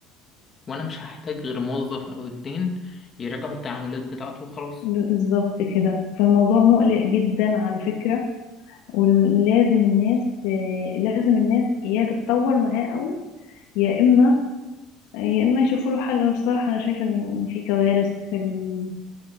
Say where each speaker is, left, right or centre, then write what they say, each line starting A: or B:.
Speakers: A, on the left; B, on the left.
A: وانا مش هحتاج غير موظف او اتنين يراجعوا التعاملات بتاعته وخلاص
B: بالظبط كده فالموضوع مقلق جدا على فكرة ولازم الناس آه، لازم الناس يا تتطور معاه قوي يا اما يا اما يشوفوا له حل انا بصراحه انا شايفه ان في كوارث في ال...